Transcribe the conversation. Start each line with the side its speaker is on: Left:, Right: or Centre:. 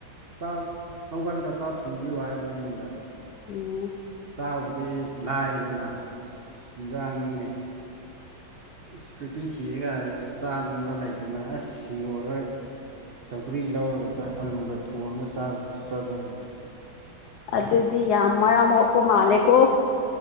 Right: ꯆꯥꯛ ꯍꯧꯒꯠꯂꯒ ꯆꯥꯛ ꯊꯣꯡꯕꯤꯌꯨ ꯍꯥꯏꯕ ꯑꯩꯉꯣꯟꯗ
Left: ꯎꯝ
Right: ꯆꯥꯛꯕꯨꯗꯤ ꯂꯥꯏꯗꯅ ꯍꯤꯟꯖꯥꯡꯅꯤꯅꯦ ꯏꯁ ꯀꯨꯏꯇꯤ ꯊꯤꯔꯒ ꯆꯥꯅꯕ ꯂꯩꯇꯅ ꯑꯁ ꯍꯤꯡꯒꯣꯜꯗꯩ ꯁꯧꯒ꯭ꯔꯤ ꯂꯧꯔꯒ ꯆꯥꯏ ꯑꯂꯨꯒ ꯊꯣꯡꯉꯒ ꯆꯥ ꯆꯥꯖꯕꯅꯦ
Left: ꯑꯗꯨꯗꯤ ꯌꯥꯝ ꯃꯔꯝ ꯃꯣꯛꯄ ꯃꯥꯜꯂꯦꯀꯣ